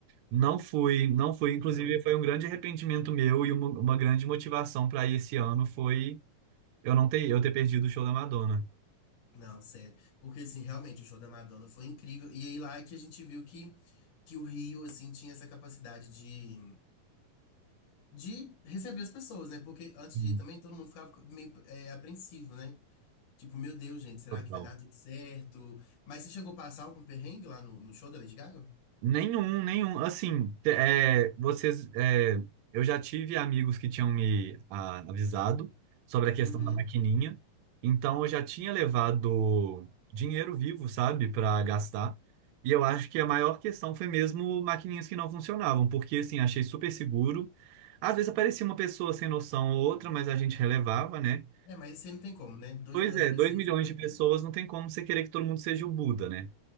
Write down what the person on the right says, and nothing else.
Não fui, não fui. Inclusive,
foi um grande arrependimento meu e uma, uma grande motivação para ir esse ano foi eu não ter, eu ter perdido o show da Madonna.
Hum,
Total.
Nenhum, nenhum. Assim, te- é, vocês, é, eu já tive amigos que tinham me ah, avisado sobre a questão
da maquininha, então eu já tinha levado dinheiro vivo, sabe, para gastar. E eu acho que a maior questão foi mesmo maquininhas que não funcionavam, porque assim, achei super seguro. Às vezes aparecia uma pessoa sem noção ou outra, mas a gente relevava, né?
Pois
é,
2 milhões
de
pessoas
não tem como você querer que todo mundo seja o Buda, né?